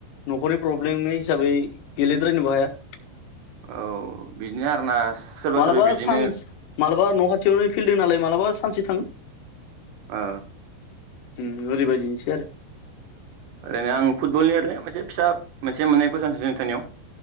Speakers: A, on the left; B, on the right.
A: न'खरनि प्रब्लेमनि हिसाबै गेलेद्रायनोबो हाया
B: औ बिदिनो आरोना सोरबा
A: मालाबा
B: सोरबा बिदिनो
A: सानस मालाबा न' खाथियावनो फिल्द दों नालाय मालाबा सानसे थांओ
B: ओ
A: उम ओरै बायदिनिसो दि आरो
B: ओरैनो आं फुटबलनि ओरैनो मोनसे फिसा मोनसे मोननै कुइनस सोंनि नोंथांनियाव